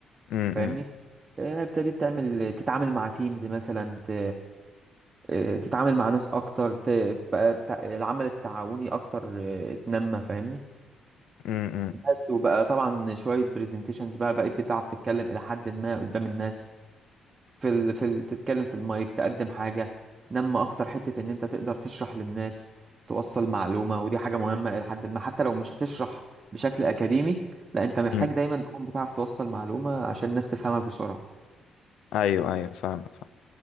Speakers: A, on the left; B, on the right.
A: مم.
B: فاهمني
A: مم.
B: آه ابتديت تعمل تتعامل مع تيمز مثلا ت... آه، تتعامل مع ناس اكتر ت... بقى التع- العمل التعاوني اكتر آه، اتنمى فاهمني
A: مم.
B: بس وبقى طبعا شوية برزنتيشنز بقى بقيت بتعرف تتكلم إلى حد ما قدام الناس في ال... في ال... تتكلم في المايك تقدم حاجة نما أكتر حتة إن أنت تقدر تشرح للناس توصل معلومة ودي حاجة مهمة إلى حد ما حتى لو مش هتشرح بشكل أكاديمي لا أنت محتاج
A: مم.
B: دايما تكون بتعرف توصل معلومة عشان الناس تفهمك بسرعة
A: ايوه ايوه فاهمك فاهم